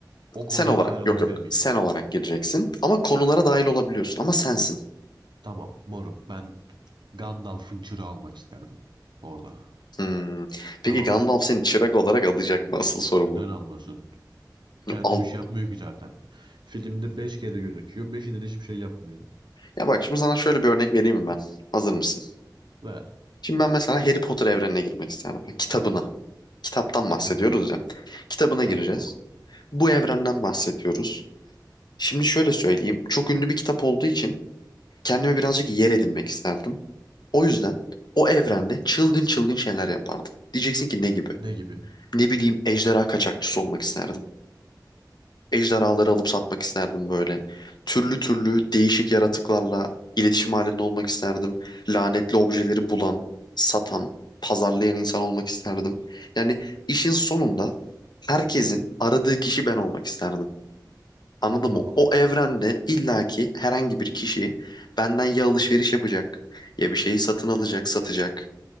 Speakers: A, on the right; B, on the left.
A: o konuya
B: sen olarak
A: dahil olabilir
B: yok yok
A: miyim?
B: sen olarak gireceksin ama konulara dahil olabiliyorsun ama sensin.
A: Tamam, moruk ben Gandalf'ın çırağı almak isterdim orada.
B: Hmm.
A: Tamam
B: Peki Gandalf
A: mı?
B: seni çırak olarak alacak mı? Asıl soru
A: Neden
B: bu.
A: almasın? Kendi
B: Al.
A: bir şey yapmıyor ki zaten. Filmde 5 kere gözüküyor. Beşinde de hiçbir şey yapmıyor.
B: Ya bak şimdi sana şöyle bir örnek vereyim mi ben? Hazır mısın?
A: Ver
B: Şimdi ben mesela Harry Potter evrenine girmek isterdim. Kitabına. Kitaptan
A: kitabına.
B: bahsediyoruz ya. Kitabına
A: Tamam.
B: gireceğiz. Bu evrenden bahsediyoruz. Şimdi şöyle söyleyeyim. Çok ünlü bir kitap olduğu için kendime birazcık yer edinmek isterdim. O yüzden o evrende çılgın çılgın şeyler yapardım. Diyeceksin ki ne gibi?
A: Ne gibi?
B: Ne bileyim ejderha kaçakçısı olmak isterdim. ejderhaları alıp satmak isterdim böyle. Türlü türlü değişik yaratıklarla iletişim halinde olmak isterdim. Lanetli objeleri bulan, satan, pazarlayan insan olmak isterdim. Yani işin sonunda herkesin aradığı kişi ben olmak isterdim. Anladın
A: Allah
B: mı?
A: Allah.
B: O evrende illaki herhangi bir kişi benden ya alışveriş yapacak ya bir şeyi satın alacak, satacak